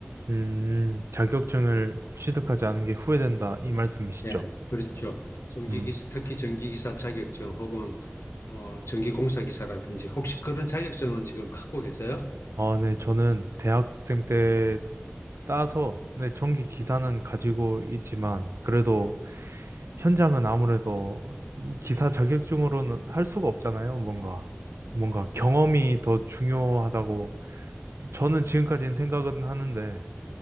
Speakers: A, on the right (about 80°); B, on the left (about 85°).
A: 음, 자격증을 취득하지 않은 게 후회된다, 이 말씀이시죠?
B: 예, 그렇죠. 전기기사,
A: 음.
B: 특히 전기기사 자격증 혹은 뭐 전기공사기사라든지 혹시 그런 자격증은 지금 갖고 계세요?
A: 아, 네. 저는 대학생 때 따서, 네. 전기 기사는 가지고 있지만, 그래도 현장은 아무래도 이 기사 자격증으로는 할 수가 없잖아요. 뭔가, 뭔가 경험이 더 중요하다고 저는 지금까지는 생각은 하는데,